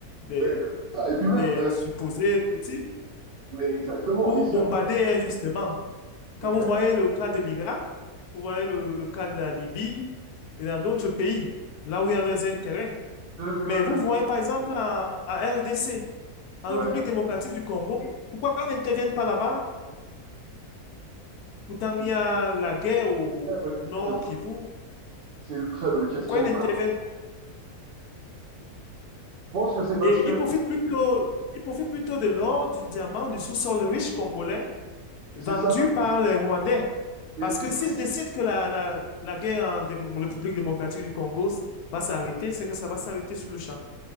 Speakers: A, on the left; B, on the right.
A: des,
B: Mais, et puis
A: des
B: même, euh,
A: supposés motifs
B: mais exactement,
A: pour
B: et ce
A: bombarder
B: qu'a-
A: injustement. Quand
B: exact.
A: vous voyez le cas de l'Irak, vous voyez le, le cas de la Libye et dans d'autres pays, là où il y a leurs intérêts.
B: Le, le,
A: Mais vous
B: le-
A: voyez par exemple en, en RDC, en
B: ouais.
A: République démocratique du Congo, pourquoi ils n'interviennent pas là-bas? Pourtant,
B: c'est
A: il y a la guerre au
B: Très bonne question.
A: nord Kivu.
B: C'est une très bonne question.
A: Pourquoi ils n'interviennent
B: parce
A: pas?
B: Je pense que c'est parce
A: Et
B: que
A: ils profitent plutôt, ils profitent plutôt de l'or, du diamant, du sous-sol riche congolais vendu
B: c'est ça.
A: par les Rwandais.
B: Et,
A: Parce que
B: et c'est-
A: s'ils décident que la, la, la guerre en dém- République démocratique du Congo va s'arrêter, c'est que ça va s'arrêter sur le champ.